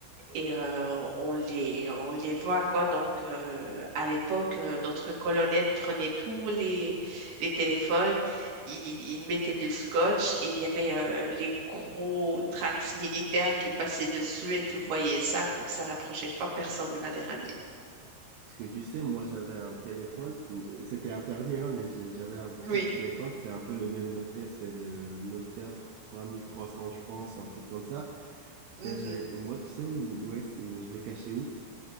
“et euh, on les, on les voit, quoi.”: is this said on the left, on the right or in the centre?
Right